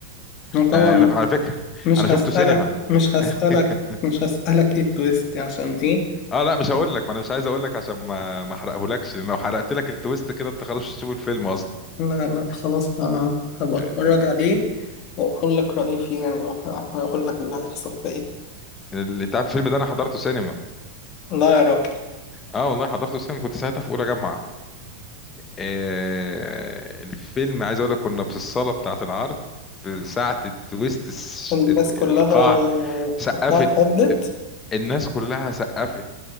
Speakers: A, on the left; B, on the left.
A: أنا طبعا
B: أه، انا على فكره
A: مش
B: انا شفته
A: هسألك
B: سينما
A: مش هسألك
B: <laughs>
A: مش هسألك ايه التويست عشان ايه
B: اه لا مش هقول لك ما انا مش عايز اقول لك عشان ما ما احرقهولكش لان لو حرقت لك التويست كده انت خلاص مش هتشوف الفيلم اصلا
A: لا لا خلاص ه- هبقى
B: آه،
A: اتفرج عليه واقول لك رأيي فيه يعني وه- هقول لك اللي هيحصل فيه إيه.
B: اللي انت عارف الفيلم ده انا حضرته سينما
A: لا يا راجل
B: اه والله حضرته سينما كنت ساعتها في اولى جامعه آه، الفيلم عايز اقول لك كنا في الصاله بتاعه العرض في ساعه التويست الس-
A: الناس
B: ال-
A: كلها
B: القاع سقفت
A: اتهدت
B: الناس كلها سقفت